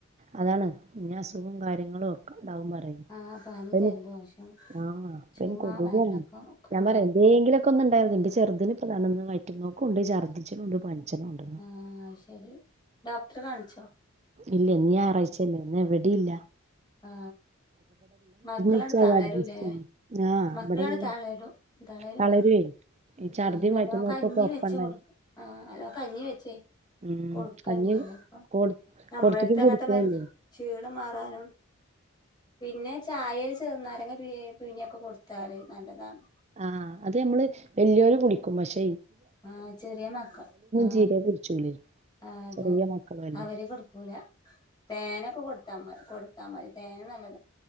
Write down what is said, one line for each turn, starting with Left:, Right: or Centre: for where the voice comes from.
Right: അതാണ് പിന്നസുഖവും കാര്യങ്ങളും ഒക്കെ ഉണ്ടാവും പറയും
Left: ആഹ് പനി
Right: പിന്നെ
Left: ജലദോഷം
Right: ആ
Left: ചുമ
Right: പിന്നെ കൊതുകുവാ
Left: വയറിളക്കം ഒക്കെ
Right: ഞാൻ
Left: ഉണ്ടാവും
Right: പറയാ എന്തെങ്കിലും ക്കുന്നുണ്ടാരുന്നു എന്റെ ചെറുതിന് ഇപ്പോ വയറ്റിനോക്കുംണ്ട് ശർ ച്ചിനുണ്ട് പനിച്ചനുമുണ്ടെന്ന്
Left: ആഹ് അത് ശരി ഡോക്ടറെ കാണിച്ചോ
Right: ഇല്ല ഇന്ന് ഞായറാഴ്ചല്ലേ ഇന്ന് എവി ടെയില്ല
Left: ആ മക്കളാണ്
Right: വെച്ച്
Left: തളരുംല്ലേ
Right: അത് അഡ്ജസ്റ്റ് ചെയ്യും ആഹ്
Left: മക്കളാണ്
Right: ഇവിടെല്ല
Left: തളരും തളരും
Right: തളരുവേ
Left: പറഞ്ഞു
Right: ഈ ഛർദി
Left: ആ നല്ലോണം
Right: വയറ്റുന്നോക്കൊക്കെ
Left: കഞ്ഞി
Right: ഒപ്പണ്ടായി
Left: വെച്ച് കൊടുക്ക ആ അല്ല കഞ്ഞി വെച്ചേ
Right: ഉം
Left: കൊടുക്കുവേം
Right: കഞ്ഞി
Left: ചെയ്യ അപ്പ
Right: കൊടു
Left: നമ്മളടുത്ത്
Right: കൊടുത്തിട്ടും
Left: അങ്ങനത്തെ
Right: കുടിക്കണില്ലേ
Left: മരുന്ന് ക്ഷീണം മാറാനും പിന്നെ ചായേല് ചെറുനാര അതങ്ങ പിഴി പിഴിഞ്ഞൊക്കെ കൊടുത്താല് നല്ലതാണ്
Right: ആ അത് നമ്മള് വല്ല്യോരും കുടി ക്കും മശേ
Left: ആഹചെറിയ മക്കൾ ആ
Right: ചീരെ കുടിച്ചൂലേ
Left: ആ അതെ
Right: ചെറിയ മക്കളും അല്ലേ
Left: അവര് കൊടുക്കൂല തേനൊക്കെ കൊടുത്താ കൊടുത്താ മതി തേനും നല്ലത്